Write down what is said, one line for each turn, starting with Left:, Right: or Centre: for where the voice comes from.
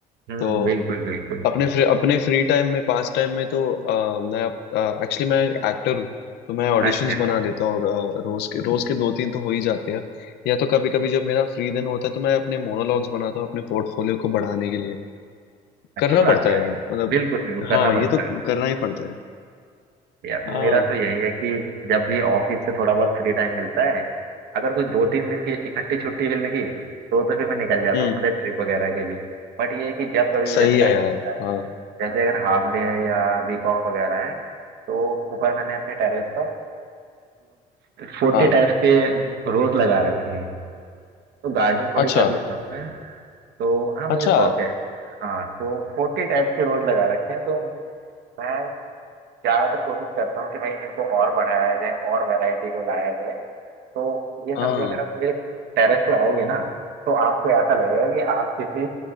Right: हम्म
Left: तो
Right: बिल्कुल बिल्कुल
Left: अपने फ्री अपने फ्री टाइम में पास टाइम में तो अ, मैं एक्चुअली मैं एक्टर हूँ तो मैं ऑडिशंस
Right: अच्छा
Left: बना लेता हूँ और, अ, रोज के रोज के दो तीन तो हो ही जाते हैं या तो कभी कभी जब मेरा फ्री दिन होता है तो मैं अपने मोनोलॉग्स बनाता हूँ अपने पोर्टफोलियो को बढ़ाने के लिए
Right: अच्छी
Left: करना
Right: बात
Left: पड़ता
Right: है यार
Left: है मतलब
Right: बिल्कुल बिल्कुल करना
Left: हाँ ये
Right: पड़ता
Left: तो
Right: है
Left: करना ही पड़ता है
Right: यार
Left: हाँ
Right: मेरा तो यही है कि जब भी ऑफिस से थोड़ा बहुत फ्री टाइम मिलता है अगर कुछ दो तीन दिन की इकट्ठी छुट्टी मिल गई तो तो फिर मैं निकल जाता
Left: हम्म
Right: हूँ सीधा ट्रिप वगैरह के लिए बट ये है कि जब कभी
Left: सही
Right: भी जैसे टाइम
Left: है यार
Right: मिलता है
Left: हाँ
Right: जैसे अगर हाफ डे है या वीक ऑफ वगैरह है तो ऊपर मैंने अपने टेरेस पर फोर्टी
Left: हाँ
Right: टाइप्स के रोज लगा रखे हैं तो गार्डनिंग थोड़ी
Left: अच्छा
Right: कर लेता हूँ मैं तो हाँ मुझे
Left: अच्छा
Right: शौक है हाँ तो फोर्टी टाइप्स के रोज लगा रखे हैं तो मैं ज़्यादातर कोशिश करता हूँ कि भाई इनको और बढ़ाया जाए और वैरायटी को लाया जाए तो ये समझो
Left: हाँ
Right: अगर आप मेरे टेरेस पे आओगे ना तो आपको ऐसा लगेगा कि आप किसी